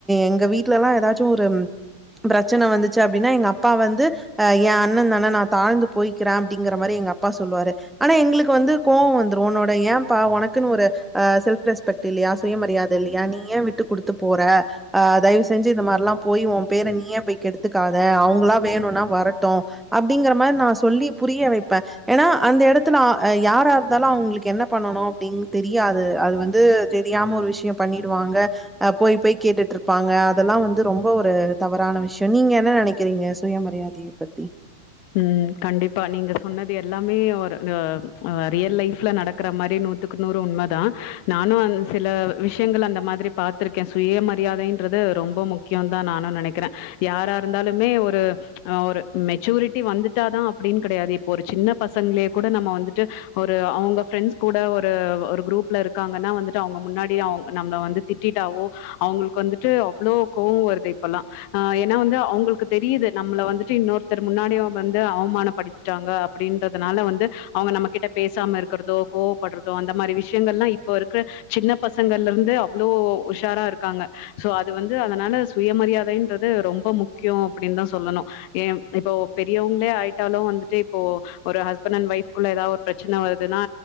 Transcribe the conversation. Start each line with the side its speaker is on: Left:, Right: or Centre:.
Centre: எங்க வீட்ல எல்லா ஏதாச்சோ ஒரு பிரச்சன வந்துச்சு அப்டின்னா எங்க அப்பா வந்து ஆ ஏ அண்ணதான நா தாழ்ந்து போய்கிற அப்டிங்கற மாரி எங்க அப்பா சொல்லுவாரு ஆனா எங்களுக்கு வந்து கோவ வந்துரு உன்னோட ஏம்ப்பா உனக்குன்னு ஒரு ஆ செல்ஃப் ரெஸ்பெக்ட் இல்லயா சுயமரியாத இல்லயா நீ ஏ விட்டு குடுத்து போற ஆ தயவு செஞ்சு இது மாதிரிலா போயி உ பேர நீயே போய் கெடுத்துக்காத அவங்களா வேணுனா வரட்டு அப்டிங்கற மாரி நா சொல்லி புரிய வைப்பே ஏன்னா அந்த எடத்துல யார இருந்தாலு அவங்களுக்கு என்ன பண்ணணு அப்டிங் தெரியாது அது வந்து தெரியாம ஒரு விஷய பண்ணிடுவாங்க ஆ போய் போய் கேட்டுட்டு இருப்பாங்க அதெல்லா வந்து ரொம்ப ஒரு தவறான விஷய நீங்க என்ன நெனைக்கிறீங்க சுயமரியாதி பத்தி
Left: ம் கண்டிப்பா நீங்க சொன்னது எல்லாமே ஒரு ரியல் லைஃப்ல நடக்கற மாரி நூத் நூத்துக்கு நூறு உண்ம தா நானு சில விஷயங்கள் அந்த மாதிரி பாத்திருக்கே சுயமரியாதை ன்றது ரொம்ப முக்கியோ தா நானு நெனைக்கிற யாரா இருந்தாலுமே ஒரு ஒரு மெச்சூரிட்டி வந்துட்டாதா அப்டின்னு கெடையாது இப்போ ஒரு சின்ன பசங்களே கூட நம்ம வந்துட்டு ஒரு அவங்க ஃப்ரெண்ட்ஸ் கூட ஒரு ஒரு குரூப்ல இருக்காங்கன்னா வந்துட்டு அவங்க முன்னாடி அவங்க நம்ம வந்து திட்டிட்டாவே அவங்களுக்கு வந்துட்டு அவ்ளோ கோவ வருது இப்பல்லா ஆ ஏன்னா வந்து அவங்களுக்கு தெரியுது நம்மள வந்துட்டு இன்னொருத் தரு முன்னாடி வந்து அவமானப்படுத்திட்டாங்க அப்டின்றதுனால வந்து அவங்க நம்ம கிட்ட பேசாம இருக்கிறதோ கோவப்பட்றதோ அந்த மாரி விஷயங்கள் எல்லா இப்போ இருக்கிற சின்ன பசங்கள்ல இருந்து அவ்ளோ உஷாரா இருக்காங்க சோ அது வந்து அதனால சுயமரியாதைன்றது ரொம்ப முக்கிய அப்டின்னு தா சொல்லணு ஏ இப்போ பெரியவங்களே ஆயிட்டாலு வந்துட்டு இப்போ ஒரு ஹஸ்பண்ட் அண்ட் ஒய்ப் குள்ள ஏதாவது ஒரு பிரச்சன வருதுன்னா